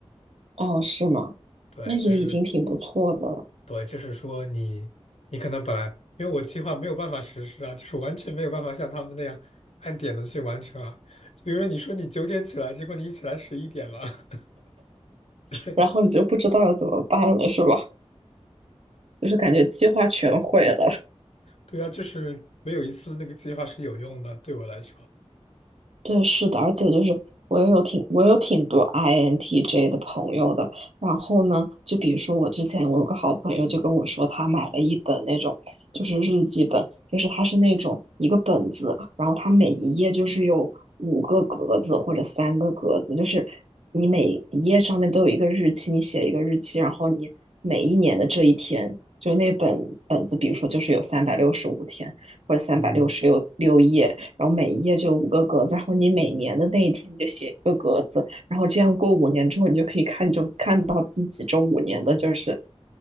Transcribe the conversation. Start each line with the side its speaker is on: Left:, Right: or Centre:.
Right: 哦，是吗？
Left: 对，
Right: 那也已经挺不错的了。
Left: 就是对，就是说你，你可能本来因为我计划没有办法实施啊，就是完全没有办法像他们那样按点的去完成啊。比如说你说你九点起来，结果你一起来十一点了，<laughs> 对呀，
Right: 然后你就不知道要怎么办了，是吧？就是感觉计划全毁了。
Left: 对呀，就是没有一次那个计划是有用的，对我来说，
Right: 对，是的，而且就是我也有挺我有挺多 INTJ 的朋友的。然后呢，就比如说我之前我有个好朋友就跟我说，他买了一本那种就是日记本，就是它是那种一个本子，然后它每一页就是有五个格子或者三个格子，就是你每一页上面都有一个日期，你写一个日期，然后你每一年的这一天，就那本本子，比如说就是有三百六十五天。或者三百六十六六页，
Left: 嗯
Right: 然后每一页就有五个格子，然后你每年的那一天你就写，然后这样过五年之后，你就可以看就看到自己这五年的就是